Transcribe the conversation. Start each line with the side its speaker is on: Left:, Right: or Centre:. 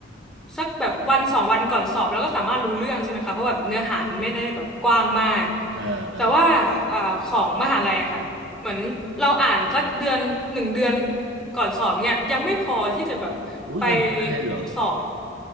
Centre: สักแบบวันสองวันก่อนสอบแล้วก็สามารถรู้เรื่องใช่ไหมคะเพราะแบบเนื้อหามันไม่ได้แบบกว้างมาก
Right: เออเออ
Centre: แต่ว่าอ่าของมหาลัยอะค่ะเหมือนเราอ่านสักเดือนหนึ่งเดือนก่อนสอบเนี่ยยังไม่พอที่จะแบบไป
Right: อุ้ยกันขนาดนั้นเลยเหรอ
Centre: สอบ